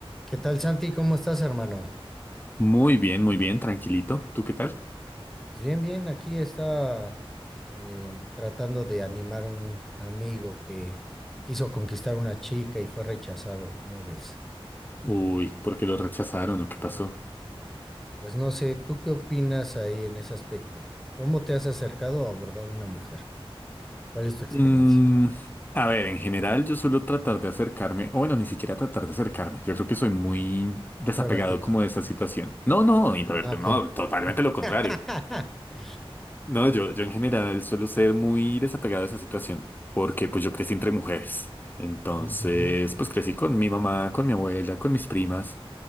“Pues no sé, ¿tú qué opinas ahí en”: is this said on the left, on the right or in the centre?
Centre